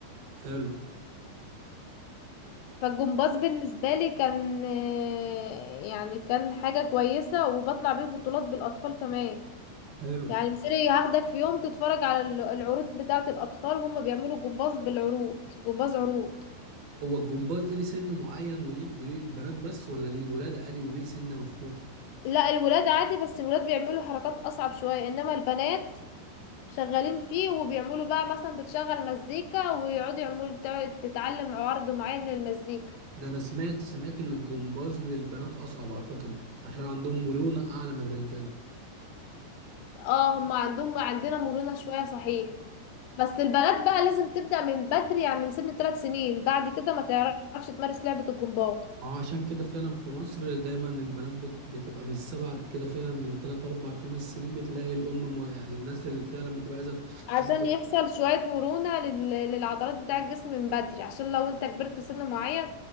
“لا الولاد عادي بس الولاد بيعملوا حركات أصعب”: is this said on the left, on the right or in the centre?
Left